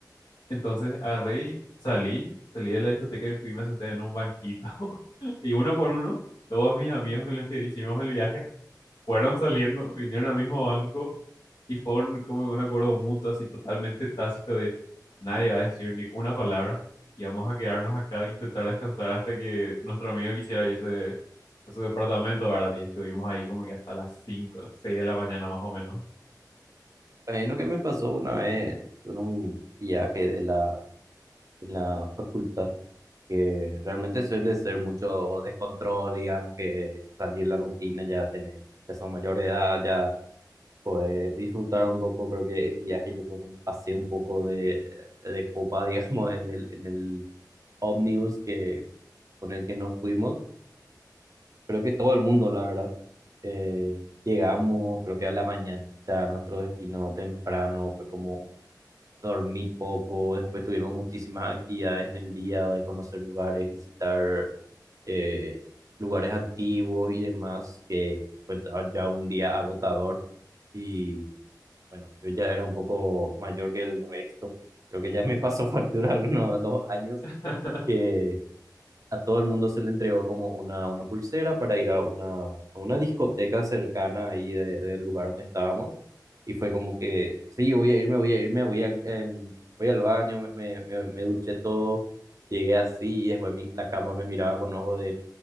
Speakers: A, on the left (about 80°); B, on the right (about 50°).
A: Entonces agarré y salí, salí de la discoteca y fui y me senté en un banquito. <laughs> Y uno por uno, todos mis amigos con los que hicimos el viaje fueron saliendo, vinieron al mismo banco y fue un- como un acuerdo mutuo, así totalmente tácito de nadie va a decir ni una palabra y vamos a quedarnos acá e intentar descansar hasta que nuestro amigo quisiera irse a su departamento, ¿verdad? Y estuvimos ahí como que hasta las 5 las 6 de la mañana más o menos.
B: también lo que me pasó una vez en un viaje de la, de la facultad que realmente suele ser mucho descontrol, digamos, que salir de la rutina, ya tener, ya son mayor de edad, ya poder disfrutar un poco, creo que el viaje, yo creo que me pasé un poco de, de copa, <laughs> digamos, en el, en el ómnibus que, con el que nos fuimos, creo que todo el mundo, la verdad. Eh, llegamos, creo que a la mañanita, a nuestro destino temprano, fue como dormí poco, después tuvimos muchísimas actividades en el día de conocer lugares, visitar eh, lugares antiguos y demás, que fue ta- ya un día agotador y bueno, yo ya era un poco mayor que el resto. Creo que ya me pasó <laughs> factura algunos de los años
A: <laughs>
B: que a todo el mundo se le entregó como una, una pulsera para ir a una, a una discoteca cercana ahí de- del lugar donde estábamos. Y fue como que, sí, voy a irme, voy a irme, voy a, em, voy al baño, me, me, me- me duché todo, llegué así y después mi- la cama me miraba con ojo de